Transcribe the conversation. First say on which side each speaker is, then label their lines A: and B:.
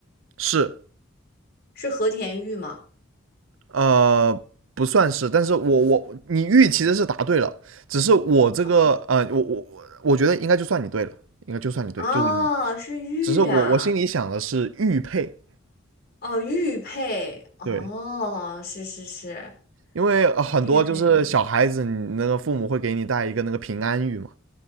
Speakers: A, on the right (about 75°); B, on the left (about 50°).
A: 是，
B: 是和田玉吗？
A: 呃，不算是，但是我我你玉其实是答对了，只是我这个呃，
B: 啊
A: 我我我觉得应该就算你对了，应该就算你对，
B: 哦，
A: 就是玉，
B: 是玉呀、
A: 只是我我心里想的是玉佩，
B: 哦，玉佩，哦，
A: 对，
B: 是是是，
A: 因为呃很多就是小孩子，
B: 玉佩。
A: 你那个父母会给你带一个那个平安玉嘛，